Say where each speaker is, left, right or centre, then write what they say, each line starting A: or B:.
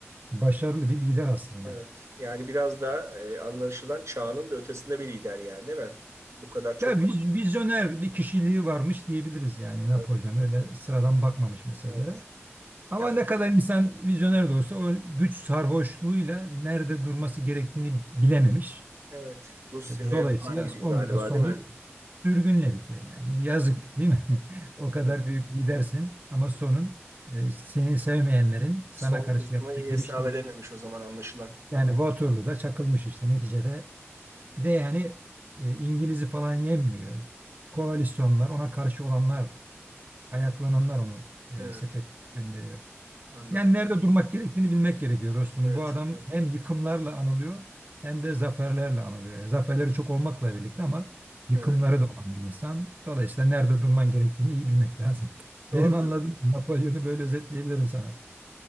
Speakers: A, on the right; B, on the right.
A: başarılı bir lider aslında.
B: evet. Yani biraz da e, anlaşılan çağının da ötesinde bir lider yani değil mi? Bu kadar çok
A: Ya viz- vizyoner bir kişiliği varmış diyebiliriz yani Napolyon
B: evet,
A: öyle sıradan bakmamış meselelere.
B: evet.
A: Ama
B: Ya
A: ne kadar insan vizyoner de olsa o güç sarhoşluğuyla nerede durması gerektiğini bilememiş.
B: evet. Rusya'ya
A: Dolayısıyla
B: falan gidiyor
A: onun
B: galiba
A: da sonu
B: değil mi?
A: sürgünle bitiyor yani. Yazık değil mi? <laughs> O kadar
B: Evet.
A: büyük lidersin ama sonun e, seni sevmeyenlerin sana
B: Son
A: karşı
B: kısmına
A: yaptığı
B: iyi
A: giriştiği
B: hesap edememiş o zaman anlaşılan.
A: yani Waterloo'da çakılmış işte neticede. Bir de yani e, İngiliz'i falan yenmiyor. Koalisyonlar ona karşı olanlar ayaklananlar onu e,
B: Evet,
A: sepet gönderiyor.
B: anladım.
A: Yani nerede durmak gerektiğini bilmek gerekiyor dostum.
B: Evet,
A: Bu adam
B: evet,
A: hem yıkımlarla anılıyor hem de zaferlerle anılıyor. Yani zaferleri çok olmakla birlikte ama yıkımları
B: evet.
A: da olan bir insan. Dolayısıyla nerede durman gerektiğini iyi bilmek lazım.
B: Doğru
A: Benim anladığım
B: diyorsun.
A: Napolyon'u böyle özetleyebilirim sana.